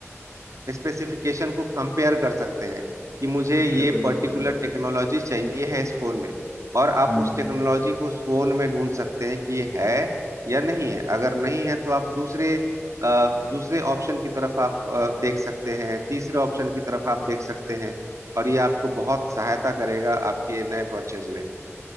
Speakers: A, on the right; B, on the right.
A: स्पेसिफिकेशन को कंपेयर कर सकते हैं कि मुझे ये
B: बिल्कुल
A: पर्टिकुलर
B: बिल्कुल बिल्कुल
A: टेक्नोलॉजी चाहिए है इस फोन में और आप
B: हम्म
A: उस टेक्नोलॉजी को उस फोन में ढूंढ सकते हैं कि ये है या नहीं है अगर नहीं है तो आप दूसरे अ, दूसरे ऑप्शन की तरफ आप अ, देख सकते हैं तीसरे ऑप्शन की तरफ आप देख सकते हैं और ये आपको बहुत सहायता करेगा आपके नए परचेज में